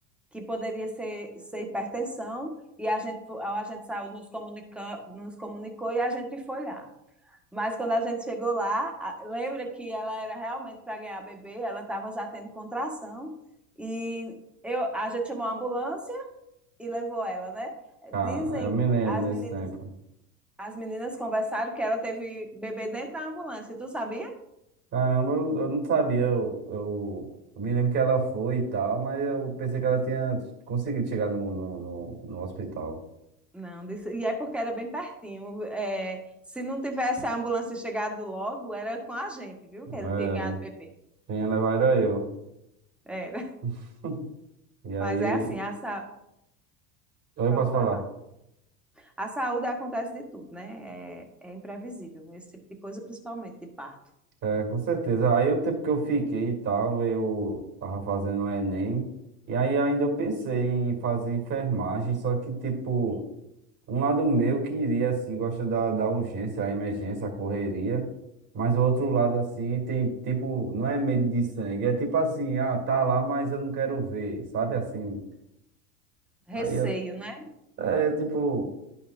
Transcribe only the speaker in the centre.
que poderia ser, ser hipertensão e a gente fo- a gente saiu nos comunica, nos comunicou e a gente foi lá. Mas quando a gente chegou lá, a- lembra que ela era realmente para ganhar bebê, ela estava já tendo contração e eu, a gente chamou a ambulância e levou ela, né?
Dizem,
as
meninas,
as meninas conversaram que ela teve bebê dentro da ambulância, tu sabia?
Não, disse, e é porque era bem pertinho. É, se não tivesse a ambulância chegado logo, era com a gente, viu? Que ele
tinha ganhado bebê.
Era.
Mas é assim, essa,
pode
falar. A saúde acontece de tudo, né? É, é imprevisível, esse tipo de coisa, principalmente de parto.
Receio,
né?